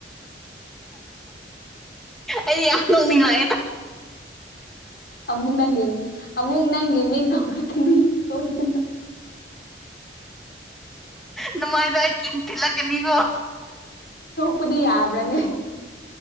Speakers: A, in the centre; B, on the left.
A: ꯑ ꯌꯥꯝ ꯇꯅꯤꯂꯗ
B: ꯑꯃꯨꯛ ꯅꯪꯒꯦ ꯑꯃꯨꯛ ꯅꯪꯒꯤꯦ ꯃꯤ ꯀꯥꯎꯔꯛꯀꯅꯤ ꯁ ꯏꯗꯅ
A: ꯅꯨꯡꯃꯥꯏꯗ ꯑꯩ ꯆꯤꯟ ꯊꯤꯜꯂꯒꯅꯤꯀꯣ
B: ꯄꯄꯗꯤ ꯌꯥꯕ꯭ꯔꯅꯤ